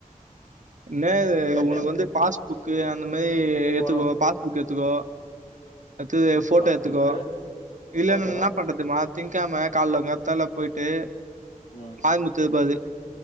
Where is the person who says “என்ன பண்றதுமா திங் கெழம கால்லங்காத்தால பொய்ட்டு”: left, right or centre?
Right